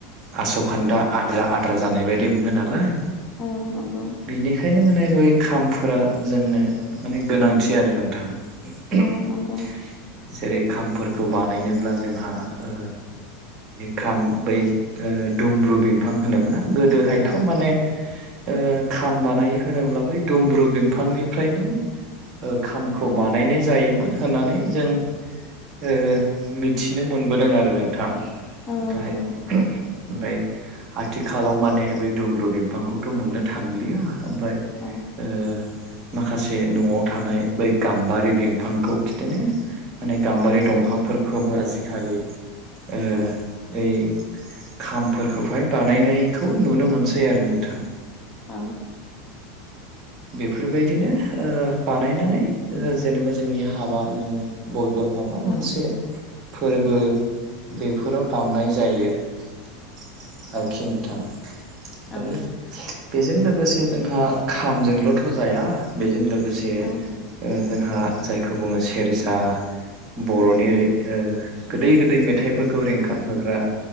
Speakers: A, on the right; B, on the left.
A: आसखान्दा आद्रा आद्रा जानाय बायदि मोनो नालाय।
B: औ नंगौ
A: बेनिखायनो माने। बे खामफोरा जोंनो माने गोनांथि आरो नोंथां जेरै
B: औ नंगौ
A: खामफोरखौ बानायनोब्ला जोंहा ओ खाम बै ओ दुमब्रु बिफां होनो मोना गोदोहायथ'
B: औ
A: माने ओ खाम बानायो होनोब्ला बै दुमब्रु बिफांनिफ्रायनो ओ खाम खौ
B: औ
A: बानायनाय जायोमोन होननानै जों ओ मि थिनो मोनबोदों आरो नोंथां
B: औ
A: ओमफ्राय
B: नंगौ
A: ओमफ्राय आथिखालाव माने बै दुमब्रु बिफांखौथ' मोननो थांलिया ओमफफ्राय
B: औ
A: ओ माखासे न'आव थानाय बै गाम्बारि बिफांखौ बिदिनो माने गाम्बारि दंफांफोरखौबो आजिखालि ओ
B: औ
A: यै खामफोरखौहाय बानायनायखौ नुनो मोनसै आरो नोंथां
B: औ
A: बेफोरबायदिनो ओ बानायनानै जेनेबा जोंनि हाबानो बयेबा माबा मोनसे
B: औ
A: फोरबो बेफोराव दामनाय जायो आरोखि नोंथां
B: औ
A: आरो बेजों लोगोसे जोंहा खामजोंल'थ' जाया बेजों लोगो लोगोसे
B: औ
A: ओ जोंहा जायखौ बुङो सेरजा बर'नि
B: औ
A: ओ गोदै गोदै मेथाइफोरखौ रिंखांहोग्रा